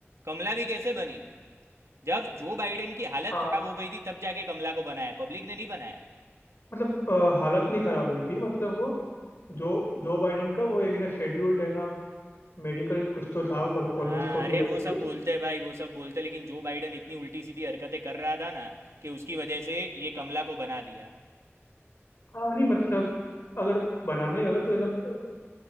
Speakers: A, on the right (about 80°); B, on the left (about 55°).
A: कमला भी कैसे बनी जब जो बाइडेन की हालत
B: हाँ
A: खराब हो गई थी तब जाके कमला को बनाया पब्लिक ने नहीं बनाया
B: मतलब अ, हालत नहीं खराब हुई थी मतलब वो जो जो बाइडेन का वो एक ना शेड्यूल्ड है ना मेडिकल कुछ तो था कोल, कोलोनोस्कोपी
A: हाँ अरे
B: करके
A: वो
B: कुछ
A: सब बोलते हैं भाई वो सब बोलते हैं, लेकिन जो बाइडेन इतनी उल्टी सीधी हरकतें कर रहा था ना कि उसकी वजह से ये कमला को बना दिया
B: हाँ नहीं मतलब अगर बनाना ही होता तो है ना ज़्यादा